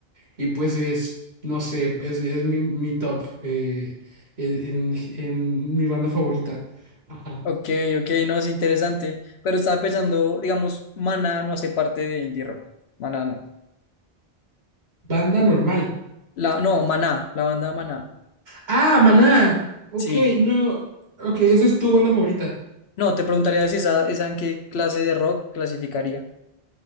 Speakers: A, on the right; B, on the left.
A: y pues es, no sé, es, es mi, mi top eh, en, en- en mi banda favorita. Ajá.
B: Ok, ok, no, es interesante. Pero estaba pensando, digamos, Maná no hace parte de indie rock. Maná no.
A: Banda normal.
B: La, no, Maná, la banda Maná.
A: Ah, Maná. Ok,
B: Sí.
A: no. Ok, esa es tu banda favorita.
B: No, te preguntaría si esa, esa en qué clase de rock clasificaría.